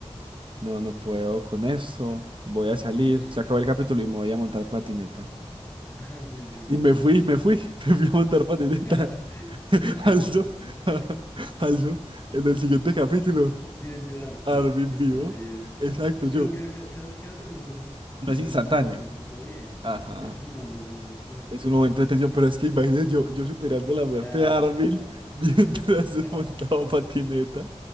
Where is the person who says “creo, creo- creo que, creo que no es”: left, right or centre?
Left